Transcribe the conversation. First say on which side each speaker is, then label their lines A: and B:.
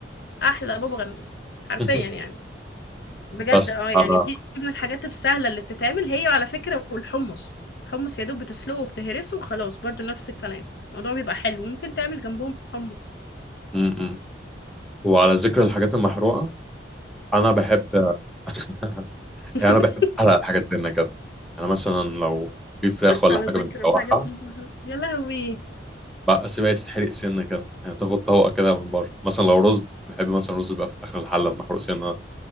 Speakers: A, on the left; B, in the centre.
A: احلى بابا غنوج حرفيا
B: <laughs>
A: يعني بجد
B: بس
A: اه يعني
B: على
A: دي من الحاجات السهلة اللي بتتعمل هي على فكرة والحمص الحمص يا دوب بتسلقه وبتهرسه وخلاص برضو نفس الكلام الموضوع بيبقى حلو ممكن تعمل جنبهم حمص
B: م- م- وعلى ذكر الحاجات المحروقة انا بحب <laughs>
A: <laughs>
B: يعني انا بحب احلق الحاجات سنه كده يعني مثلا لو في فراخ ولا
A: على
B: حاجه
A: ذكر
B: متشوحه
A: الحاجات المهمة يا لهوي
B: بقى سيبها تتحرق سنه كده يعني تاخد طبقه كده من بره مثلا لو رز بحب مثلا رز بقى في اخر الحله المحروق سنه